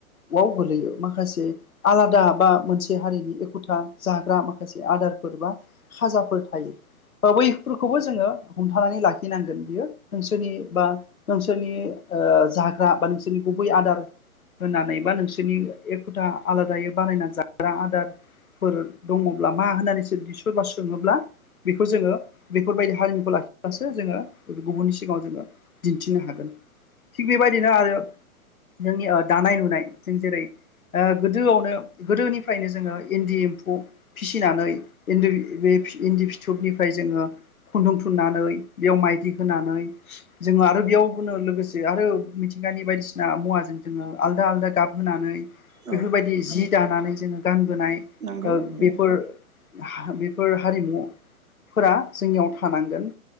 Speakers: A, on the left; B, on the right.
A: वाव गोलैयो माखासे आलादा बा मोनसे हारिनि एखुथा जाग्रा माखासे आदारफोर बा खाजाफोर थायो। बा बैफोरखौबो जोङो हमथानानै लाखिनांगोन बियो ओनसोलनि बा नोंसोरनि जाग्रा बा नोंसोरनि गुबै आदार होननानै बा नोंसोरनि एखुथा आलादायै बानायना जाग्रा आदार फोर दङब्ला मा होननानै सो-बि-सोरबा सोङोब्ला बेखौ जोङो बेफोरबायदि हारिमुखौ लाखिब्लासो जोङो गुबुननि सिगाङाव जोङो दिन्थिनो हागोन थिग बेबायदिनो आरो जोंनि ओ दानाय लुनाय जों जेरै ओ गोदोआवनो गोदोनिफ्रायनो जोङो इन्दि एम्फौ फिसिनानै इदि बे इन्दि फिथोबनिफ्राय जोङो खुन्दुं थुननानै बेयाव माइदि होनानै जोङो आरो बेयाव फोनो लोगोसे आरो मिथिंगानि बायदिसिना मुवाजों जोङो आलदा आलदा गाब होनानै
B: औ
A: बेफोरबायदि जि दानानै जोङो गानबोनाय
B: नंगौ
A: ओ
B: औ
A: बेफोर हा बेफोर हारिमु फोरा जोंनियाव थानांगोन